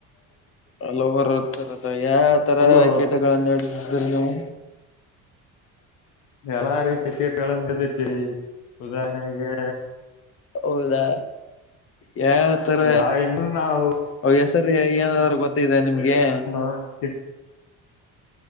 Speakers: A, on the left (about 45°); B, on the left (about 75°).
A: ಹಲವಾರು ತರ ಯಾಯಾ ತರದ
B: ಅಲ್ಲೋ
A: ಕೀಟಗಳಗಳನ್ನು ಹಹಿಡ್ಡಿದ್ರಿ ನೀವು.
B: ಎಲ್ಲಾ ರೀತಿ ಕೀಟಗಳ ಹಿಡಿದಿಡ್ವಿ ಉದಾಹರಣೆಗೆ.
A: ಹೌದಾ ಯಾವ್ಯಾವತರ.
B: ಯಾ ಇನ್ನು ನಾವು
A: ಅವ ಹೆಸರಿ ಏನಾದ್ರು ಗೊತ್ತಿದೆ ನಿಮ್ಗೆ.
B: ಹಾ ತಿಧ್.